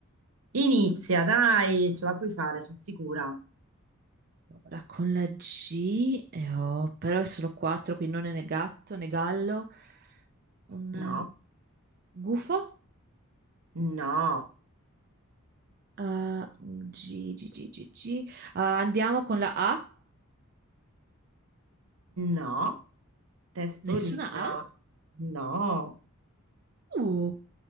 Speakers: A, on the right (about 70°); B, on the right (about 45°).
A: Inizia, dai, ce la puoi fare, sono sicura.
B: Ora con la G e ho, però è solo quattro, quindi non è né gatto né gallo. Un
A: No,
B: gufo?
A: no,
B: Ah, G, G, G, G, G. Ah, andiamo con la A.
A: no, testolina,
B: Nessuna A?
A: no.
B: Uh,